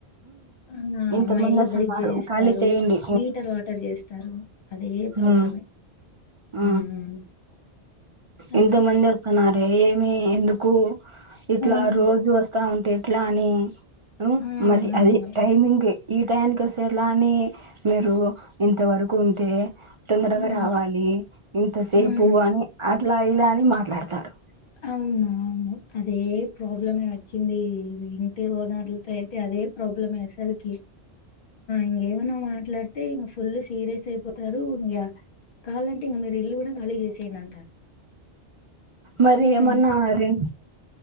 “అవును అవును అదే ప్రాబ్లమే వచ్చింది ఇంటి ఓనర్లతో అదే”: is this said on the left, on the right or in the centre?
Left